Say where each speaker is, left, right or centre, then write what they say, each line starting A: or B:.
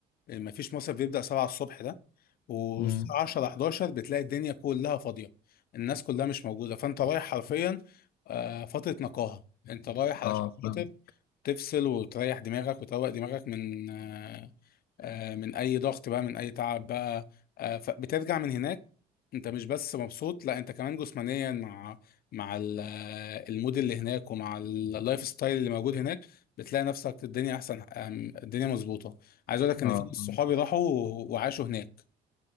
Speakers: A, on the left; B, on the left.
A: ما فيش مصيف بيبدأ 7 الصبح ده والساعة
B: مم.
A: 10 11 بتلاقي الدنيا كلها فاضية الناس كلها مش موجودة فانت رايح حرفيا آه، فترة نقاهة انت رايح علشان
B: اه فاهم
A: خاطر تفصل وتريح دماغك وتروق دماغك من آه، آه، من اي ضغط بقى من اي تعب بقى آه، فبترجع من هناك انت مش بس مبسوط لا انت كمان جسمانيا مع مع ال- آه، المود اللي هناك ومع اللايف ستايل اللي موجود هناك بتلاقي نفسك الدنيا احسن آم، الدنيا مظبوطه عايز اقول لك ان
B: اه
A: في ناس صحابي
B: فاهم
A: راحوا و- وعاشوا هناك